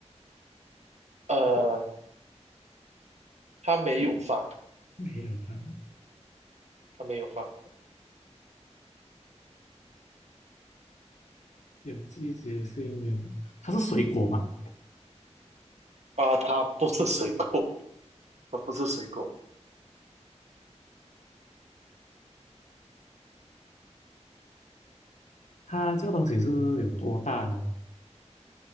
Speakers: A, on the right; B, on the left.
A: 呃，它没有放，
B: 没有饭，
A: 它没有放
B: 有季节性的。它是水果嘛？
A: 啊、它不是水果，它不是水果。
B: 它这个东西是有多大呢？